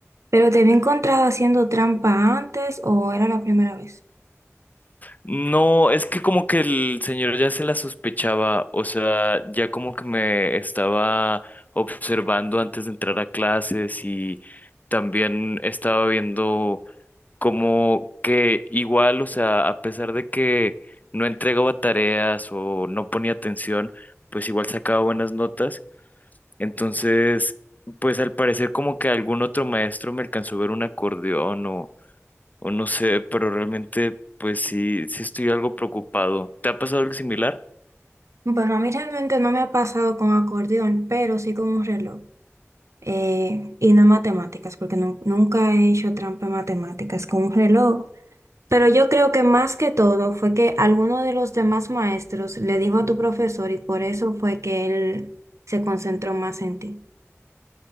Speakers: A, on the right (about 70°); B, on the left (about 35°).
A: ¿Pero te había encontrado haciendo trampa antes o era la primera vez?
B: No, es que como que el señor ya se la sospechaba, o sea, ya como que me estaba observando antes de entrar a clases y también estaba viendo como que igual, o sea, a pesar de que no entregaba tareas o no ponía atención, pues igual sacaba buenas notas. Entonces, pues al parecer como que algún otro maestro me alcanzó a ver un acordeón o no sé, pero realmente pues sí, sí estoy algo preocupado. ¿Te ha pasado algo similar?
A: Bueno, a mí realmente no me ha pasado con acordeón, pero sí con un reloj. eh, y no en matemáticas, porque nu- nunca he hecho trampa en matemáticas con un reloj. Pero yo creo que más que todo fue que alguno de los demás maestros le dijo a tu profesor y por eso fue que él se concentró más en ti.